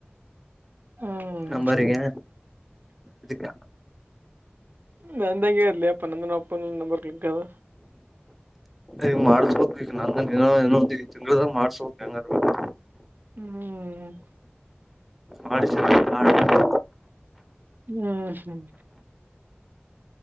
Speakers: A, on the right; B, in the centre.
A: ಹ್ಮ್.
B: ನಂಬರಿಗೆ ಇದಕ್
A: ನಂದ ಹಂಗೆ ಆದ್ಲೆ ಯಪ್ಪ ನಂದನ್ ನಮ್ಮ ಅಪ್ಪಂದ್ಕ ನಂಬರ್ ಲಿಂಕ್ ಆದ.
B: ಈಗ ಮಾಡ್ಸ್ಬೇಕ ಈಗ <unintelligible> ಇನೊಂದ ತಿಂಗಳ್ದಗ ಮಾಡ್ಸ್ಬೇಕ ಹೆಂಗಾನ ಮಾಡಿ.
A: ಹ್ಮ್.
B: ಮಾಡ್ಸಿ <unintelligible>
A: ಹ್ಮ್ ಹ್ಮ್.